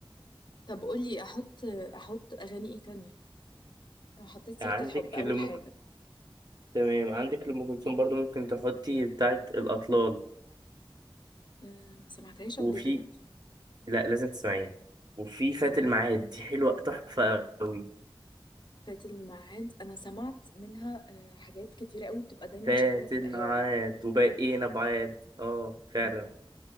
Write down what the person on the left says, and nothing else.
طب قولي أحط أحط أغاني إيه تانية أنا حطيت
سيرة الحب أول
حاجة
أه ما سمعتهاش قبل
كده
فات الميعاد أنا سمعت منها أه حاجات كتيرة قوي بتبقى دايما
شغالة في
القهاوي
أمم.